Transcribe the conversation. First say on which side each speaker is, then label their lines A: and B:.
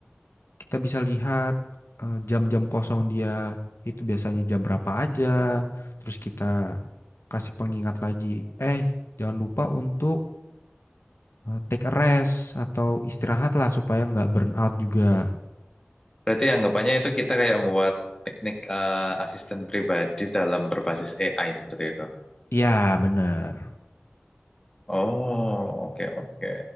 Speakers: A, on the left; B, on the left.
A: kita bisa lihat eh, jam-jam kosong dia itu biasanya jam berapa aja. Terus kita kasih pengingat lagi, eh jangan lupa untuk eh, take a rest atau istirahat lah supaya nggak burn out juga.
B: Berarti anggapannya itu kita kayak membuat teknik eh, asisten pribadi dalam berbasis AI seperti itu.
A: Ya, bener.
B: Oh, oke oke.